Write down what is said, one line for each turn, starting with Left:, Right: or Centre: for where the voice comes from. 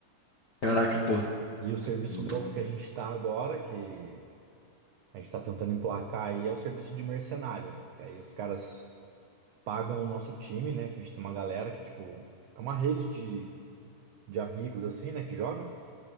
Left: Caraca, pô.
Right: E o serviço
Left: do-
Right: novo que a gente tá agora, que A gente está tentando emplacar aí é o serviço de mercenário. Que aí os caras pagam o nosso time, né? Que a gente tem uma galera que, tipo, é uma rede de, de amigos assim, né? Que joga.